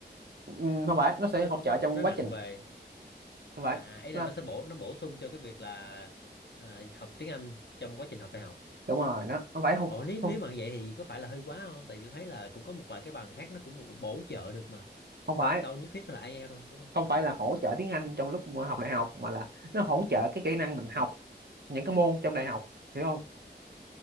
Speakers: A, on the right; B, on the left.
A: ừm, không phải nó sẽ
B: nó
A: hỗ trợ
B: nó
A: trong
B: nó nặng
A: quá trình
B: về
A: không phải
B: à ý
A: nó
B: là nó sẽ bổ nó bổ sung cho cái việc là ờ, học tiếng Anh trong quá trình học đại học.
A: đúng rồi nó không phải không
B: Ồ nếu
A: không
B: nếu mà vậy thì có phải là hơi quá không? Tại vì tôi thấy là cũng có một vài cái bằng khác nó cũng bổ bổ trợ được mà.
A: không phải
B: Đâu đâu nhất thiết phải là IELTS đâu, đúng không?
A: không phải là hỗ trợ tiếng Anh trong lúc mà học đại học mà là nó hỗ trợ cái kỹ năng mình học những cái môn trong đại học hiểu không